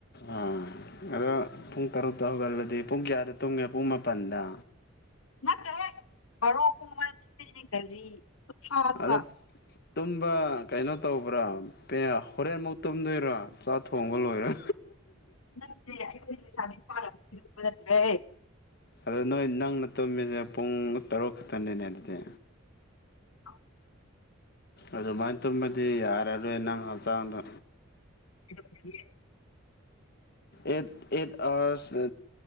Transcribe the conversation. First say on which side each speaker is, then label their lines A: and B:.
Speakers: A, on the left (about 50°); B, on the left (about 90°).
A: ꯑ ꯑꯗꯣ ꯄꯨꯡ ꯇꯔꯨꯛꯇ ꯍꯧꯒꯠꯂꯗꯤ ꯄꯨꯡ ꯀꯌꯥꯗ ꯇꯨꯡꯉꯦ ꯄꯨꯡ ꯄꯗ
B: ꯅ ꯀꯦ ꯈꯔꯣ ꯀꯔꯤ ꯎꯊꯥꯗꯨ
A: ꯑꯗꯣ ꯀꯩꯅꯣ ꯇꯧꯕ꯭ꯔꯥ ꯍꯣꯔꯦꯟꯃꯨꯛ ꯇꯨꯝꯗꯣꯏꯔꯥ ꯆꯥꯛ ꯊꯣꯡꯕ ꯂꯣꯏꯔ
B: ꯅꯦ ꯠꯇꯔꯦ
A: ꯑꯗꯣ ꯅꯣꯏ ꯅꯪꯅ ꯇꯨꯝꯝꯃꯤꯁꯦ ꯄꯨꯡ ꯇꯔꯨꯛ ꯈꯛꯇꯅꯤꯅꯦ ꯑꯗꯨꯗꯤ
B: ꯑ
A: ꯑꯗꯨꯃꯥꯏꯅ ꯇꯨꯝꯃꯗꯤ ꯌꯥꯔꯔꯣꯏ ꯅꯪ ꯍꯛꯆꯥꯡꯗ
B: <inaudible>
A: eight eight hours